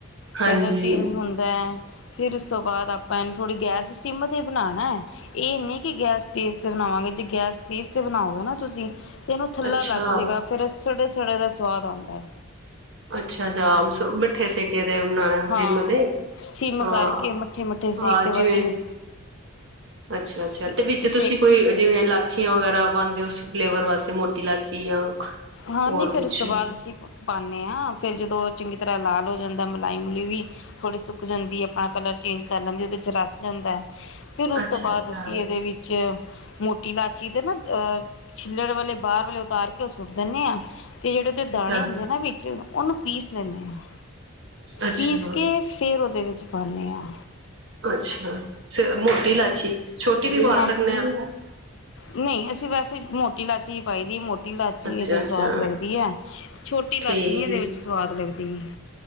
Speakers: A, on the right; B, on the left.
A: ਹਾਂਜੀ
B: ਕਲਰ ਚੇਂਜ ਹੁੰਦਾ ਹੈ। ਫਿਰ ਉਸ ਤੋਂ ਬਾਅਦ ਆਪਾਂ ਇਹਨੂੰ ਥੋੜ੍ਹੀ ਗੈਸ ਸਿੰਮ ਤੇ ਈ ਬਨਾਨਾ, ਇਹ ਨਹੀਂ ਕਿ ਗੈਸ ਤੇਜ਼ ਤੇ ਬਣਾਵਾਂਗੇ। ਜੇ ਗੈਸ ਤੇਜ਼ ਤੇ ਬਣਾਓਗੇ ਨਾ ਤੁਸੀਂ। ਤੇ ਇਹਨੂੰ ਥੱਲਾ
A: ਅੱਛਾ
B: ਲੱਗ ਜਾਇਗਾ ਫੇਰ। ਸੜੇ ਸੜੇ ਦਾ ਸਵਾਦ ਆਂਦਾ।
A: ਅੱਛਾ-ਅੱਛ ਮਿੱਠੇ ਸੇਕੇ ਦੇ। ਬਣਾਣਾ ਸਿਮ
B: ਹਾਂ
A: ਤੇ
B: ਸਿਮ
A: ਹਾਂ
B: ਕਰਕੇ ਮੱਠੇ ਮੱਠੇ ਸੇਕ
A: ਆ
B: ਤੇ ਬਸ
A: ਜਿਵੇਂ,
B: ਇਹਨੂੰ
A: ਅੱਛਾ-ਅੱਛਾ
B: ਸ
A: ਤੇ ਵਿੱਚ
B: ਸੇਕ
A: ਤੁਸੀਂ ਕੋਈ ਜਿਵੇਂ ਇਲਾਚੀਆਂ ਵਗੈਰਾ। ਪਾਉਂਦੇ ਹੋ ਉਸ ਫਲੇਵਰ ਵਾਸਤੇ ਮੋਟੀ ਇਲਾਇਚੀ ਜਾਂ।
B: ਹਾਂ
A: ਹੋਰ
B: ਨਹੀਂ ਫੇਰ
A: ਕੁਛ
B: ਉਸ ਤੋਂ ਬਾਅਦ ਅਸੀਂ। ਪਾਣੇ ਹਾਂ ਫਿਰ ਜਦੋਂ ਚੰਗੀ ਤਰ੍ਹਾਂ ਲਾਲ ਹੋ ਜਾਂਦਾ ਮਲਾਈ ਮੁਲਾਈ ਵੀ ਥੋੜ੍ਹੀ ਸੁੱਕ ਜਾਂਦੀ, ਆਪਣਾ ਕਲਰ ਚੇਂਜ ਕਰ ਲੈਂਦੀ ਉਹਦੇ ਚ ਰਸ ਜਾਂਦਾ। ਫਿਰ ਉਸ
A: ਅੱਛਾ-ਅੱਛਾ,
B: ਤੋਂ ਬਾਅਦ ਅਸੀਂ ਇਹਦੇ ਵਿੱਚ। ਮੋਟੀ ਲਾਚੀ ਦੇ ਨਾ ਅਹ ਛਿੱਲੜ ਵਾਲੇ ਬਾਹਰ ਵਾਲੇ ਉਤਾਰ ਕੇ ਉਸ ਸੁੱਟ ਦੇਣੇ ਆ। ਤੇ ਜਿਹੜੇ ਉਹਦੇ ਦਾਣੇ
A: ਅੱਛਾ,
B: ਹੁੰਦੇ ਨੇ ਵਿੱ ਚ ਉਹਨੂੰ ਪੀਸ ਲੈਂਨੇ ਹਾਂ।
A: ਅੱਛਾ।
B: ਪੀਸ ਕੇ ਫੇਰ ਉਹਦੇ ਵਿੱਚ। ਚ ਪਾਣੇ ਆਂ।
A: ਅੱਛਾ। ਮੋਟੀ ਇਲਾਚੀ ਛੋਟੀ ਵੀ ਪਾ
B: ਹਮ
A: ਸਕਨੇ ਹਾਂ।
B: ਨਹੀਂ ਅਸੀਂ ਵੈਸੇ ਮੋਟੀ ਲਾਚੀ ਪਾਈ ਦੀ ਮੋ ਟੀ ਲਾਚੀ
A: ਅੱਛਾ-ਅੱਛਾ,
B: ਇਹਦੇ ਤੇ ਸਵਾਦ ਲਗਦੀ ਹੈ, ਛੋਟੀ ਲਾਚੀ
A: ਠੀਕ
B: ਨੀ ਇਹਦੇ ਵਿੱਚ ਸਵਾਦ ਲਗਦੀ। ਤੇ